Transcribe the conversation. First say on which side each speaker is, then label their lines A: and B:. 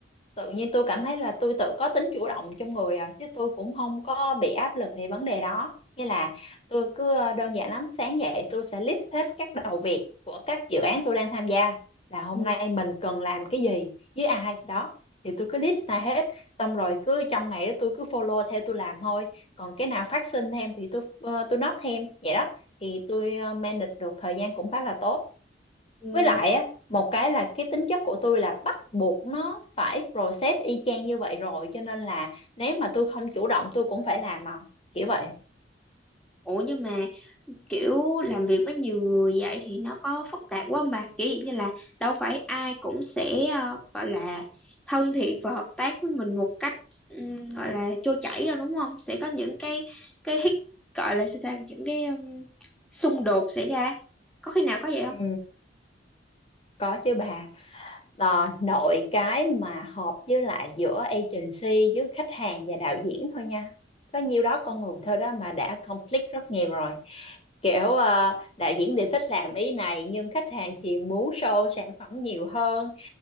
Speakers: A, on the left; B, in the centre.
A: tự nhiên tôi cảm thấy là tôi tự có tính chủ động trong người à chứ tôi cũng không có bị áp lực về vấn đề đó nghĩa là tôi cứ ờ, đơn giản lắm sáng dậy tôi sẽ list hết các đầu việc của các dự án tôi đang tham gia là hôm
B: Ừ.
A: nay mình cần làm cái gì với ai đó thì tôi cứ list ra hết xong rồi cứ trong ngày đó tôi cứ follow theo tôi làm thôi còn cái nào phát sinh thêm thì tôi ờ, tôi note thêm vậy đó thì tôi ờ, manage được thời gian cũng khá là tốt
B: Ừ,
A: với lại á một cái là cái tính chất của tôi là bắt buộc nó phải process y chang như vậy rồi cho nên là nếu mà tôi không chủ động tôi cũng phải làm mà kiểu vậy
B: Ủa nhưng mà kiểu làm việc với nhiều người vậy thì nó có phức tạp quá không bà? Kiểu dạng như là đâu phải ai cũng sẽ ờ, gọi là thân thiện và hợp tác với mình một cách ừm, gọi là trôi chảy đâu đúng không? Sẽ có những cái cái hít- gọi là sao ta những cái ừm, xung đột xảy ra. Có khi nào có vậy không?
A: ừ, có chứ bà Ờ, nội cái mà hợp với lại giữa agency với khách hàng và đạo diễn thôi nha có nhiêu đó con người thôi đó mà đã conflict rất nhiều rồi kiểu ờ, đạo diễn thì thích làm ý này nhưng khách hàng thì muốn show sản phẩm nhiều hơn